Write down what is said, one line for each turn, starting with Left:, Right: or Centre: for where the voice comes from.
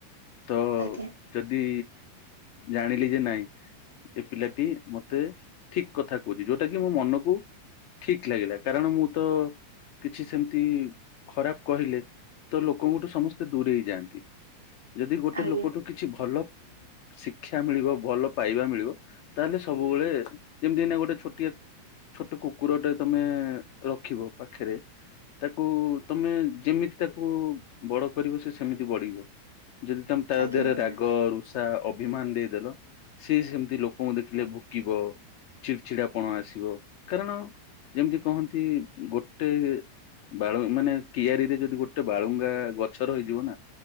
Left: ତ
Right: ଆଜ୍ଞା।
Left: ଯଦି ଜାଣିଲି ଯେ ନାଇଁ ଏ ପିଲାଟି ମତେ ଠିକ କଥା କହୁଛି ଯୋଉଟା କି ମୋ ମନକୁ ଠିକ ଲାଗିଲା କାରଣ ମୁଁ ତ କିଛି ସେମିତି ଖରାପ କହିଲେ ତ ଲୋକଙ୍କଠୁ ସମସ୍ତେ ଦୂରେଇଯାଆନ୍ତି। ଯଦି ଗୋଟେ
Right: ଆଜ୍ଞା
Left: ଲୋକଠୁ କିଛି ଭଲ ଶିକ୍ଷା ମିଳିବ ଭଲ ପାଇବା ମିଳିବ। ତାହେଲେ ସବୁବେଳେ ଯେମିତିନା ଗୋଟେ ଛୋଟିଆ ଛୋଟ କୁକୁରଟା ତମେ ରଖିବ ପାଖରେ ତାକୁ ତମେ ଯେମିତି ତାକୁ ବଡ କରିବ ସେ ସେମିତି ବଢିବ ଯଦି ତମେ ତା
Right: ଆଜ୍ଞା
Left: ଦେହରେ
Right: ଆଜ୍ଞା
Left: ରାଗ ରୁଷା ତା ଅଭିମାନ ଦେଇଦଲ ସେ ସେମିତି ର ମୁଁ ଦେଖିଲେ ଭୁକିବ ଚିଡିଚିଡାପଣ ଆସିବ କାରଣ ଯେମିତି କହନ୍ତି ଗୋଟେ ବାଳ ମାନେ କିଆରୀରେ ଯଦି ଗୋଟେ ବାଳୁଙ୍ଗା ଗଛ ରହିଯିବ ନା